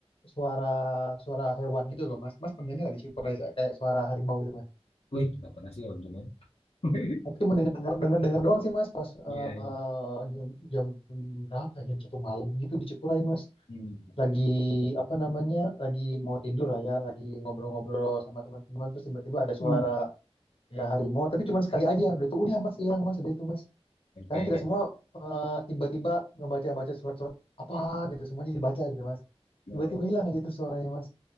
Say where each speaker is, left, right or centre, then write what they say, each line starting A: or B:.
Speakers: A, on the left; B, on the left.
A: suara suara hewan gitu loh mas. Mas pernah nggak di Shikurai kayak suara harimau gitu
B: Wih, nggak pernah sih om <laughs>
A: Aku cuma denger denger denger doang sih mas pas
B: Iya,
A: eh,
B: iya.
A: jam, jam berapa ya? jam satu malam gitu di Cikuray mas
B: Hmm.
A: lagi apa namanya lagi mau tidur lah ya lagi ngobrol-ngobrol sama teman-teman terus tiba-tiba ada
B: Hmm.
A: suara ya harimau tapi cuma sekali aja udah itu udah mas hilang mas udah itu mas
B: Yang
A: karena
B: Kayak
A: kita
B: kayak
A: semua eh, tiba-tiba ngebaca-baca surat-surat apa gitu semuanya dibaca gitu mas
B: kalau
A: tiba-tiba hilang aja tuh suaranya mas